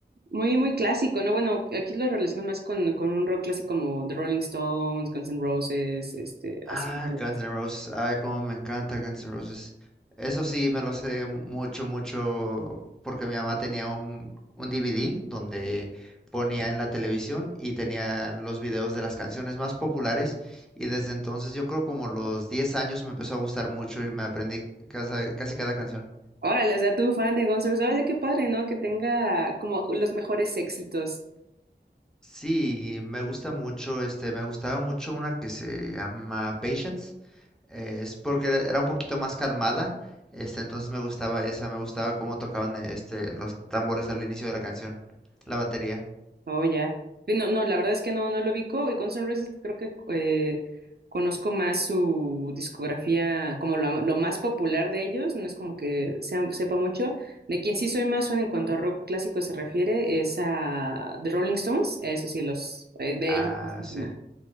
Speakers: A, on the right; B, in the centre.
A: Muy, muy clásico, ¿no? Bueno, aquí lo relaciono más con, con un rock clásico como The Rolling Stones, Guns N' Roses, este,
B: Ah,
A: así. ¿no?
B: Guns N' Roses. Ay, cómo me encanta Guns N' Roses. Eso sí, me lo sé mucho, mucho, porque mi mamá tenía un, un DVD donde ponía en la televisión y tenía los videos de las canciones más populares. Y desde entonces, yo creo como los 10 años me empezó a gustar mucho y me aprendí casa- casi cada canción.
A: Órale, o sea, tú fan de Guns N' Roses, oye, qué padre, ¿no? Que tenga como los mejores éxitos.
B: Sí, me gusta mucho, este, me gustaba mucho una que se llama Patience, eh, es porque era era un poquito más calmada, este, entonces me gustaba esa, me gustaba cómo tocaban eh, este, los tambores al inicio de la canción, la batería.
A: Oh, ya. Sí, No, no, la verdad es que no, no lo ubico. Y Guns N' Roses creo que eh, conozco más su discografía, como lo, lo más popular de ellos, no es como que sea- sepa mucho. De quien sí soy más fan en cuanto a rock clásico se refiere es a The Rolling Stones, eso sí, los eh, de
B: Ah,
A: ellos. no escucho
B: sí.
A: nada.